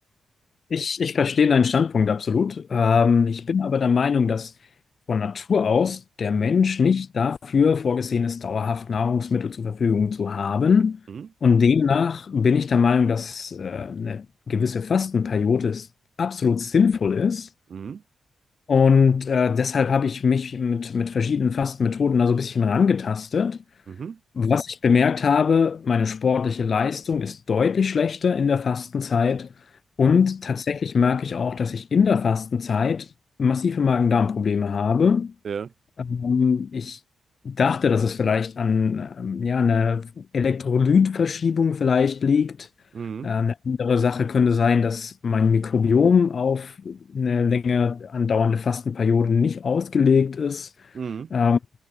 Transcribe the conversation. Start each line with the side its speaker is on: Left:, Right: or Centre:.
Left: Ich, ich verstehe deinen Standpunkt absolut. Ähm, ich bin aber der Meinung, dass von Natur aus der Mensch
Right: Mhm.
Left: nicht dafür vorgesehen ist, dauerhaft Nahrungsmittel zur Verfügung zu haben.
Right: Mhm.
Left: Und demnach bin ich der Meinung, dass äh, eine gewisse Fastenperiode ist, absolut sinnvoll ist.
Right: Mhm.
Left: Und äh, deshalb habe ich mich mit, mit verschiedenen Fastenmethoden da so ein bisschen rangetastet.
Right: Mhm.
Left: Was ich bemerkt habe, meine sportliche Leistung ist deutlich schlechter in der Fastenzeit. Und
Right: Mhm.
Left: tatsächlich merke ich auch, dass ich in der Fastenzeit massive Magen-Darm-Probleme habe.
Right: Ja.
Left: Ähm, ich dachte, dass es vielleicht an ähm, ja, einer Elektrolytverschiebung vielleicht liegt.
Right: Mhm.
Left: Äh, eine andere Sache könnte sein, dass mein Mikrobiom auf eine länger andauernde Fastenperiode nicht ausgelegt ist.
Right: Mhm.
Left: Ähm,